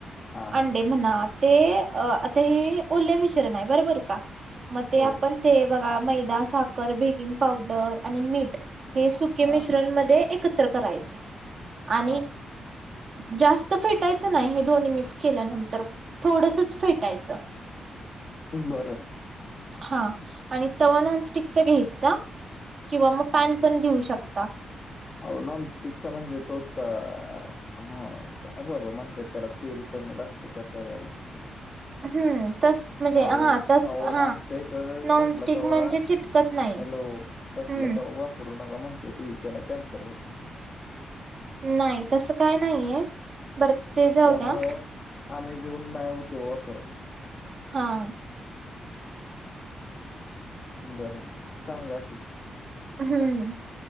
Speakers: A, on the left; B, on the right.
A: हा हा
B: अंडे
A: हा
B: म्हणत. ते आता हे ओले मिश्रण आहे बरोबर का मग ते
A: हो
B: आपण ते बघा मैदा साखर बेकिंग पावडर आणि मीठ. हे सुके
A: हा
B: मिश्रण म एकत्र करायचं आणि
A: हा
B: जास्त फेटायचं नाही हे दोन्ही मिक्स केल्यानंतर थोडसच फेटायचं.
A: बरं.
B: हा आणि तव्हा नॉनस्टिकचा घ्यायचा किंवा मग पॅन पण घेऊ शकता.
A: अ नॉनस्टिकचा म्हणजे तोच का? हा का बाबा म्हणतेात त्याला तेल कमी लागतो त्या तव्याला
B: हम्म. तस म्हणजे
A: अहो,
B: हा तस
A: अहो
B: हा
A: आमच्या इथं
B: नॉनस्टिक
A: तसला तवा
B: म्हणजे चिटकत नाही.
A: हॅलो तसला
B: हम्म
A: तर वापरू नका म्हणते ती त्यांना कॅन्सर होतो.
B: नाही तसं काय नाहीये बरं ते जाऊ
A: त्यामुळं
B: द्या.
A: आम्ही भिऊन नाही होतेव्हा परत
B: हां.
A: बरं सांगा कि
B: हम्म